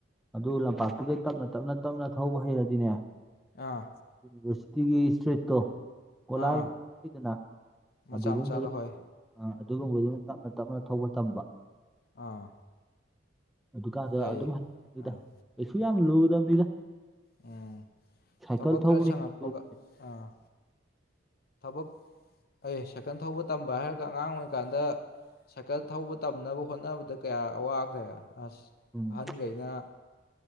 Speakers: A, in the centre; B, on the left (about 50°).
A: ꯑꯗꯨ ꯂꯝꯄꯥꯛꯇꯨꯗꯩ ꯇꯞꯅ ꯇꯞꯅ ꯇꯞꯅ ꯊꯧꯕ ꯍꯩꯔꯗꯤꯅꯦ
B: ꯑꯥ
A: ꯌꯨꯅꯤꯕ꯭ꯔꯁꯤꯇꯤꯒꯤ ꯏꯁꯇ꯭ꯔꯤꯠꯇꯣ ꯒ‌ꯣꯠꯂꯥꯏ
B: ꯑꯥ
A: ꯂꯩꯗꯅ
B: ꯃꯆꯥ
A: ꯑꯗꯨꯒꯨꯝꯕꯗ
B: ꯃꯆꯥꯗ ꯍꯣꯏ
A: ꯑꯥ ꯑꯗꯨꯒꯨꯝꯕꯗꯨ ꯇꯞꯅ ꯇꯞꯅ ꯊꯧꯕ ꯇꯝꯕ
B: ꯑꯥ
A: ꯑꯗꯨꯀꯥꯟꯗ
B: ꯌꯥꯏꯌꯦ
A: ꯑꯗꯨꯝ ꯍꯩꯅꯤꯗ
B: ꯑꯥ
A: ꯀꯩꯁꯨ ꯌꯥꯝ ꯂꯨꯗꯕꯅꯤꯗ
B: ꯎꯝ
A: ꯁꯥꯏꯀꯜ
B: ꯊꯕꯛ
A: ꯊꯧꯕꯅ
B: ꯈꯔ ꯁꯪꯉꯛꯄꯒ
A: ꯍꯦꯟꯅ ꯂꯨꯕꯅꯦ
B: ꯑꯥ ꯊꯕꯛ ꯑꯩꯍ ꯁꯥꯏꯀꯜ ꯊꯧꯕ ꯇꯝꯕ ꯍꯥꯏꯔꯒ ꯑꯉꯥꯡ ꯑꯣꯏꯔꯤꯀꯥꯟꯗ ꯁꯥꯏꯀꯜ ꯊꯧꯕ ꯇꯝꯅꯕ ꯍꯣꯠꯅꯕꯗ ꯀꯌꯥ ꯋꯥꯈ꯭ꯔꯦ ꯑꯁ
A: ꯎꯝ
B: ꯑꯍꯟꯒꯩꯅ